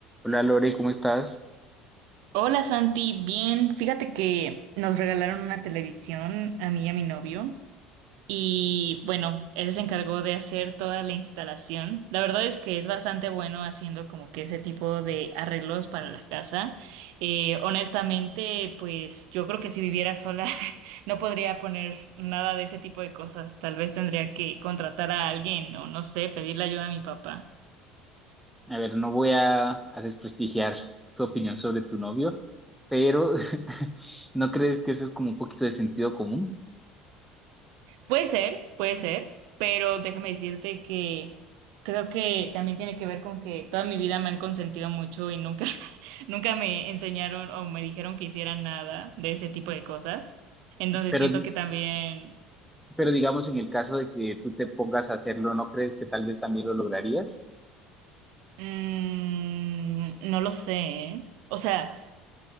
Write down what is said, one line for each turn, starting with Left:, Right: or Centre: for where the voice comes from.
Centre: Hola Lore, ¿cómo estás?
Right: Hola Santi, bien, fíjate que nos regalaron una televisión a mí y a mi novio y bueno, él se encargó de hacer toda la instalación. La verdad es que es bastante bueno haciendo como que ese tipo de arreglos para la casa. Eh, honestamente, pues yo creo que si viviera sola <laughs> no podría poner nada de ese tipo de cosas. Tal vez tendría que contratar a alguien o no sé, pedirle ayuda a mi papá.
Centre: A ver, no voy a, a desprestigiar tu opinión sobre tu novio, pero <laughs> ¿no crees que eso es como un poquito de sentido común?
Right: Puede ser, puede ser, pero déjame decirte que creo que también tiene que ver con que toda mi vida me han consentido mucho y nunca, <laughs> nunca me enseñaron o me dijeron que hiciera nada de ese tipo de cosas. Entonces
Centre: Pero,
Right: siento
Centre: di-
Right: que también,
Centre: pero digamos en el caso de que tú te pongas a hacerlo, ¿no crees que tal vez también lo lograrías?
Right: mm, no lo sé, ¿eh? O sea,